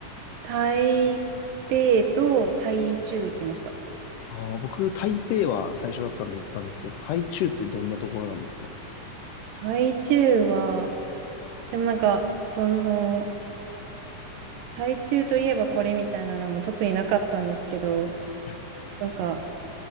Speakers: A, on the right; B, on the left.
A: 台北と台中行きました。
B: ああー、僕、台北は最初だったんで行ったんですけど、台中ってどんなところなんですか
A: 台中は、でもなんか、その、台中といえばこれみたいなのも特になかったんですけど、
B: はい
A: なんか、